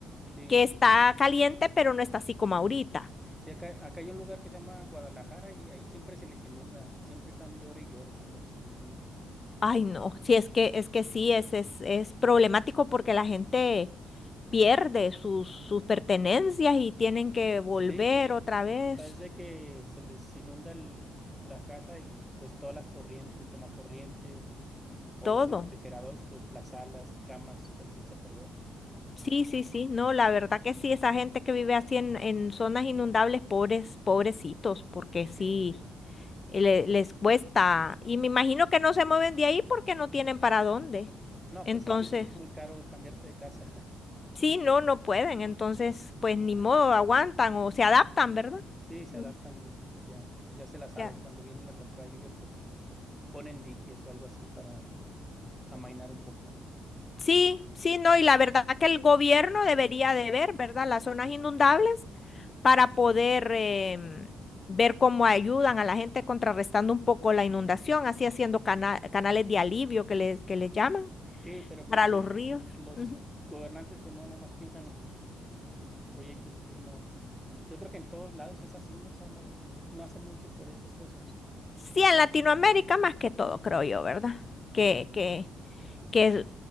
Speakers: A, in the centre; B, on the left.
A: sí.
B: que está caliente, pero no está así como ahorita.
A: Sí, acá, acá hay un lugar que se llama Guadalajara y ahí siempre se les inunda, siempre están llore y llore que porque se les inunda.
B: Ay,
A: Entonces,
B: no, sí, es que, es que sí, es, es, es problemático porque la gente pierde sus, sus pertenencias y tienen que volver
A: Sí, pues,
B: otra vez,
A: o sea, es de que se les inunda el- la casa y pues todas las corrientes, tomacorrientes o
B: todo.
A: los refrigeradores, pues las salas, camas, se les echa a perder.
B: Sí, sí, sí, no, la verdad que sí, esa gente que vive así en, en zonas inundables, pobres, pobrecitos, porque sí,
A: Sí.
B: le- les cuesta. Y me imagino que no se mueven de ahí porque no tienen para dónde.
A: No,
B: Entonces...
A: pues es que es muy caro cambiarte de casa. <laughs>
B: Sí, no, no pueden. Entonces, pues ni modo, aguantan o se adaptan, ¿verdad?
A: Sí, se
B: No,
A: adaptan y, y ya, ya se la saben.
B: ya.
A: Cuando viene la temporada de lluvia, pues ponen diques o algo así para amainar un poco.
B: Sí, sí, no. Y la verdad que el gobierno debería de ver, ¿verdad? Las zonas inundables para poder em, ver cómo ayudan a la gente contrarrestando un poco la inundación, así haciendo cana- canales de alivio que les, que les llaman
A: Sí, pero pues
B: para
A: sí,
B: los ríos.
A: los
B: Ujú.
A: gobernantes pues no nomás piensan en sus en sus proyectos, entonces no. Yo creo que en todos lados es así, ¿no? O sea, no no hacen mucho por esas cosas.
B: Sí, en Latinoamérica más que todo, creo yo, ¿verdad? Que,
A: Sí.
B: que, que es-